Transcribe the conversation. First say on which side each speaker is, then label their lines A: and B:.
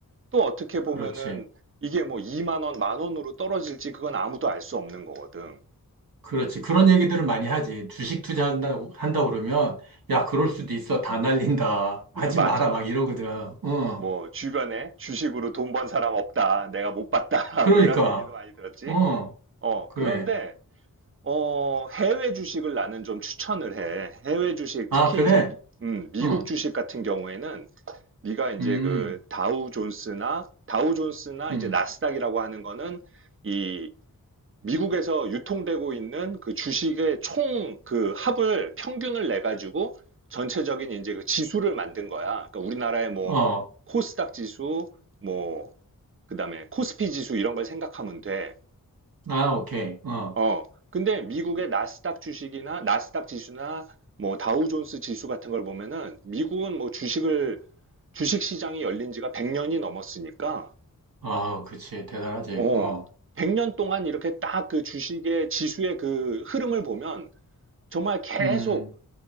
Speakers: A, on the right; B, on the right.
A: 또 어떻게 보면은
B: 그렇지.
A: 이게 뭐 2만 원, 만 원으로 떨어질지 그건 아무도 알 수 없는 거거든.
B: 그렇지. 그런 얘기들을 많이 하지. 주식 투자한다고, 한다 그러면, 야, 그럴 수도 있어. 다 날린다. 하지
A: <laughs> 맞아.
B: 마라. 막 이러거든. 응.
A: 뭐 주변에 주식으로 돈 번 사람 없다. 내가 못 봤다.
B: 그러니까.
A: <laughs> 뭐 이런 얘기도 많이 들었지.
B: 응.
A: 어,
B: 그래.
A: 그런데 어, 해외 주식을 나는 좀 추천을 해. 해외 주식,
B: 아,
A: 특히
B: 그래?
A: 이제 미, 음, 미국
B: 응.
A: 주식 같은 경우에는 네가 이제
B: 음,
A: 그 다우 존스나 다우 존스나
B: 음.
A: 이제 나스닥이라고 하는 거는 이 미국에서 유통되고 있는 그 주식의 총 그 합을 평균을 내 가지고 전체적인 이제 그 지수를 만든 거야. 그러니까 우리나라의 뭐
B: 어.
A: 코스닥 지수, 뭐 그다음에 코스피 지수 이런 걸 생각하면 돼.
B: 아, 오케이. 어.
A: 어, 근데 미국의 나스닥 주식이나 나스닥 지수나 뭐 다우존스 지수 같은 걸 보면은 미국은 뭐 주식을 주식 시장이 열린 지가 100년이 넘었으니까
B: 아, 그렇지. 대단하지.
A: 어,
B: 어.
A: 100년 동안 이렇게 딱 그 주식의 지수의 그 흐름을 보면 정말 계속
B: 음.